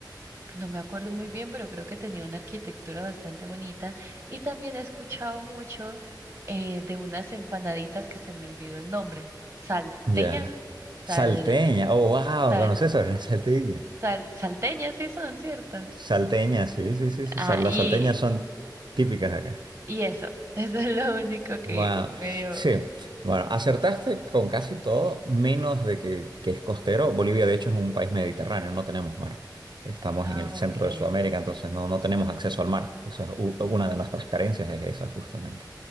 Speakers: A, on the right (about 30°); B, on the right (about 75°).
A: No me acuerdo muy bien, pero creo que tenía una arquitectura bastante bonita. Y también he escuchado mucho eh, de unas empanaditas que se me olvidó el nombre. Salteñas,
B: Ya.
A: sal,
B: Salteña. Oh, wow,
A: sal,
B: ¿conoces sobre la salteña?
A: sal, salteñas sí son, ¿cierto?
B: Salteña, sí, sí, sí. sí.
A: Ah,
B: Sal- Las
A: y,
B: salteñas son típicas de acá.
A: y eso, <laughs> eso es lo único que
B: Wow,
A: medio...
B: Sí, bueno, acertaste con casi todo, menos de que, que es costero. Bolivia, de hecho, es un país mediterráneo, no tenemos mar. Estamos
A: Ah,
B: en el centro
A: ok.
B: de Sudamérica, entonces no, no tenemos acceso al mar. Eso es u- una de nuestras carencias, es esa justamente.